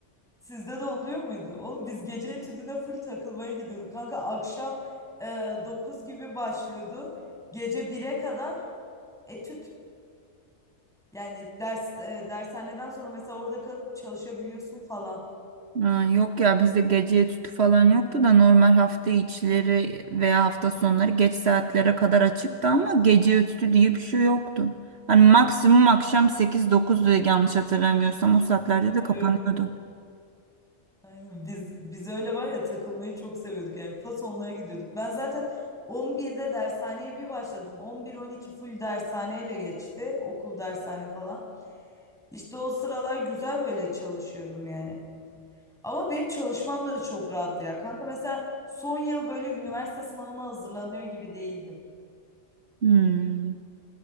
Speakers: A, in the centre; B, on the right.
A: Sizde de oluyor muydu? Oğlum biz gece etüdüne full takılmaya gidiyorduk. Kanka akşam e, 9 gibi başlıyordu. Gece bir'e kadar etüt. Yani ders e, dershaneden sonra mesela orada kalıp çalışabiliyorsun falan.
B: Ha, yok ya bizde gece etütü falan yoktu da normal hafta içleri veya hafta sonları geç saatlere kadar açıktı ama gece etütü diye bir şey yoktu. Hani maksimum akşam sekiz dokuz diye yanlış hatırlamıyorsam o saatlerde de
A: Evet.
B: kapanıyordu.
A: Aynen. Biz biz öyle var ya takılmayı çok seviyorduk. Yani pas onlara gidiyorduk. Ben zaten on birde dershaneye bir başladım. on bir on iki full dershaneyle geçti. Okul dershane falan. İşte o sıralar güzel böyle çalışıyordum yani. Ama benim çalışmam da çok rahattı ya. Kanka mesela son yıl böyle üniversite sınavına hazırlanıyor gibi değildim.
B: Hmm.